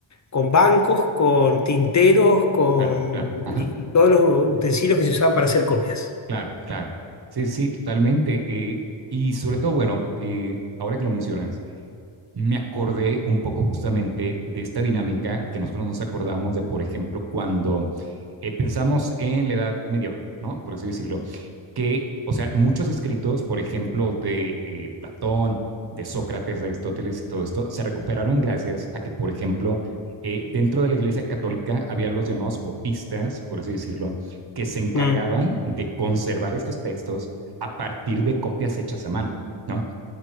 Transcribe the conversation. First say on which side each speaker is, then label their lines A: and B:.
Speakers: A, on the left; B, on the right.
A: con bancos, con tinteros, con,
B: Claro, claro, ajá,
A: y, y todos los utensilios que se usaban para hacer copias.
B: claro, claro. Sí, sí, sí, totalmente. eh, y sobre todo, bueno, eh, ahora que lo mencionas, me acordé un poco justamente de esta dinámica que nosotros nos acordamos de, por ejemplo, cuando eh, pensamos en la edad medieval, ¿no? Por así decirlo, que, o sea, muchos escritos, por ejemplo, de eh, Platón, de Sócrates, de Aristóteles y todo esto, se recuperaron gracias a que, por ejemplo, eh, dentro de la Iglesia Católica había los llamados copistas, por así decirlo, que se encargaban
A: Mm,
B: de conservar estos textos a partir de copias hechas a mano, ¿no?